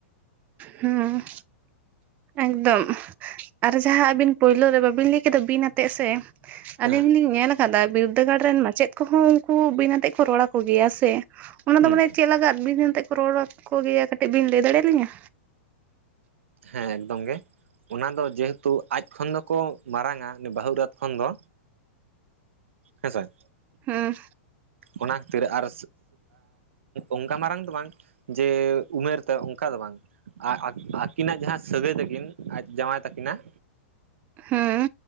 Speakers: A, on the right; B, on the right.
A: ᱦᱩᱸ ᱮᱠᱫᱚᱢ ᱟᱨ ᱡᱟᱦᱟᱸ ᱟᱹᱵᱤᱱ ᱯᱳᱭᱞᱳ ᱨᱮ ᱵᱟᱹᱵᱤᱱ ᱞᱟᱹᱭ ᱠᱮᱫᱟ ᱵᱤᱱ ᱟᱛᱮᱜ ᱥᱮ
B: ᱦᱮᱸ
A: ᱟᱞᱤᱧ ᱞᱤᱧ ᱧᱮᱞ ᱟᱠᱟᱫᱟ ᱵᱤᱨᱫᱟᱹᱜᱟᱲ ᱨᱮᱱ ᱢᱟᱪᱮᱫ ᱠᱚᱦᱚᱸ ᱩᱱᱠᱩ ᱵᱤᱱ ᱟᱛᱮᱜ ᱠᱚ ᱨᱚᱲ ᱟᱠᱚ ᱜᱮᱭᱟ ᱥᱮ ᱚᱱᱟ
B: ᱦᱩᱸ
A: ᱫᱚ ᱢᱟᱱᱮ ᱪᱮᱫ ᱞᱟᱜᱟᱫ ᱵᱤ ᱵᱤᱱ ᱟᱛᱮᱫ ᱠᱚ ᱨᱚᱲ ᱟᱠᱚ ᱜᱮᱭᱟ ᱠᱟᱹᱴᱤᱡ ᱵᱤᱱ ᱞᱟᱹᱭ ᱫᱟᱲᱮᱭᱟ ᱞᱤᱧᱟ
B: ᱦᱮᱸ ᱮᱠᱫᱚᱢ ᱜᱮ ᱚᱱᱟ ᱫᱚ ᱡᱮᱦᱮᱛᱩ ᱟᱡ ᱠᱷᱚᱱ ᱫᱚ ᱠᱚ ᱢᱟᱨᱟᱝᱟ ᱩᱱᱤ ᱵᱟᱹᱦᱩ ᱮᱨᱟᱛ ᱠᱷᱚᱱ ᱫᱚ ᱦᱳᱭ ᱥᱮ
A: ᱦᱮᱸ
B: ᱚᱱᱟ ᱠᱷᱟᱹᱛᱤᱨ ᱟᱨ ᱚᱱᱠᱟ ᱢᱟᱨᱟᱝ ᱫᱚ ᱵᱟᱝ ᱡᱮ ᱩᱢᱮᱨ ᱛᱮ ᱚᱱᱠᱟ ᱫᱚ ᱵᱟᱝ ᱟᱨ ᱟᱹᱠᱤᱱᱟᱜ ᱡᱟᱦᱟᱸ ᱥᱟᱹᱜᱟᱹᱭ ᱛᱟᱹᱠᱤᱱ ᱟᱡ ᱡᱟᱶᱟᱭ ᱛᱟᱹᱠᱤᱱᱟᱜ
A: ᱦᱩᱸ